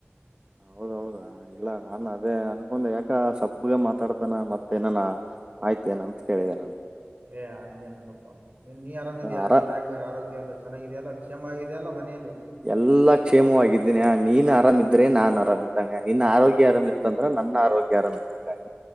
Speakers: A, on the right (about 25°); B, on the right (about 45°).
A: ಹೌದೌದಾ ಇಲ್ಲ ನಾನ್ ಅದೇ ಅನ್ಕೊಂಡ ಯಾಕ ಸಪ್ಪಗ ಮಾತಾಡ್ತೇನ ಮತ್ತೇನಾನ ಆಯ್ತೇ ನಮತ್ ಕೇಳಿದೆ ನಾ <unintelligible>
B: ಏ ಹಂಗೇನಿಲ್ಲಪ್ಪಾ ನೀನ್ ನೀ ಆರಾಮಿದ್ಯಾಾ
A: ಆರ
B: ನಿನ್ ಆಗ ಆರೋಗ್ಯ ಎಲ್ಲ ಚೆನ್ನಾಗಿದೆಯಲ್ಲ ಕ್ಷಮ ಆಗಿದೆಯ ಅಲ್ಲ ಮನೆಯಲ್ಲಿ
A: ಎಲ್ಲಾ ಕ್ಷೇಮವಾಗಿದ್ದೀನಿ ನೀನ್ ಆರಾಮಿದ್ರೆ ನಾನ್ ಆರಾಮ ಇದ್ದಂಗ ನಿನ್ ಆರೋಗ್ಯ ಆರಾಮ್ ಇತ್ತಂದ್ರ ನನ್ನ ಆರೋಗ್ಯ ಆರಾಮಾಗಿದ್ದರೆ ಸಾಕು